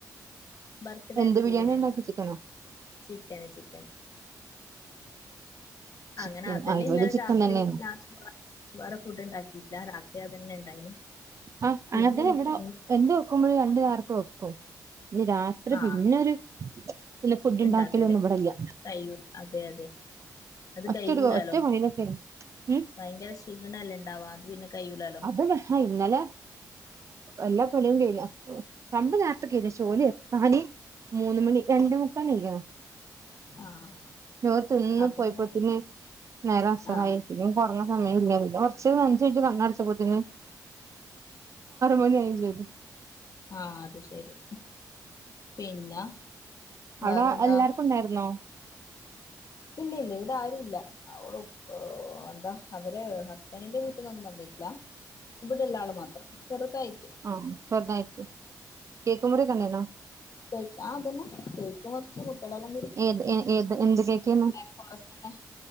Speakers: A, on the left (about 50°); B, on the right (about 45°).
A: ബർത്ത്ഡേന്റെ
B: എന്ത്
A: ബിരിയാണി.
B: ഉണ്ടാക്കി ചിക്കനോ
A: ചിക്കന് ചിക്കൻ.
B: ചിക്കൻ
A: അങ്ങനെ അതല്ലേ
B: ആ ഇവിടെ
A: ഇന്നലെ
B: ചിക്കൻ
A: രാത്രി
B: തന്നെയായിരുന്നു
A: ന വേറെ ഫുഡ്ണ്ടാക്കിട്ടില്ല രാത്രി അതന്നെ ഉണ്ടായിന്
B: ആ
A: പിന്നെ
B: അങ്ങത്തെെ
A: എനിക്ക്
B: ഇവിടെ എന്ത് വെക്കുമ്പോഴും രണ്ടുകാർക്കും വെക്കും രാത് അത്ര
A: ആഹ്
B: പിന്നൊരു പിന്നെഫുഡിണ്ടാക്കലും
A: ഉണ്ടാക്കല്
B: ഒന്നും ഇവടില്ല.
A: കയ്യൂല അതെ അതെ അത്
B: ഒറ്റൊരു
A: കയ്യൂലാലോ?
B: ഒറ്റ പണിയിലൊക്കെ ഉം
A: ഭയങ്കരഷീണല്ലെ ഇണ്ടാവാ അത് പിന്നെ കയ്യൂലാലൊ
B: ആഹ് ഇന്നലെ എല്ലാ പളിയും തീര പമ്പ് നേർത്തെ <unintelligible> ഷോല് താണി മൂന്ന് മണി രണ്ടെമുക്കാലായിക്കണ്
A: ആഹ്
B: രോത്ത് തിന്ന്
A: അപ്പം
B: പോയിപ്പത്തേന്
A: പിന്നെ
B: നേരം അസറായി
A: ആഹ്
B: പിന്നെ കൊറഞ്ഞ സമയം ഇല്ല പിന്നെ കൊറച്ച് അഞ്ച്മിന്റ്റ് കണ്ണടച്ചപോത്തിന് മണിയാവെം ചെയ്ത്
A: ആഹ് അത് ശരി പിന്നെ? വേറെന്താ
B: അവട എല്ലാർക്കും ഉണ്ടാരുന്നോ
A: ഇല്ലില്ല ഇവിടെ ആരുല്ല അവളു എന്താ അവര് ഹസ്ബൻഡിന്റെ വീട്ട്ന്നൊന്നും വന്നിട്ടില്ല. ഇവിടുള്ള ആള് മാത്രം ചെറുതായിറ്റ്
B: ആഹ് ചെറ്തായിട്ട് കേക്ക് മുറീക്കൊണ്ടാരുന്നൊ
A: തേക്ക് ആഹ് അതന്നെ കേക്ക് മുറിച്ചു കുട്ട്യോളെല്ലാം
B: ഏത് ഏത് എന്ത് കേക്ക്
A: ബ്ലാക്ക് ഫോറസ്റ്റന്നെ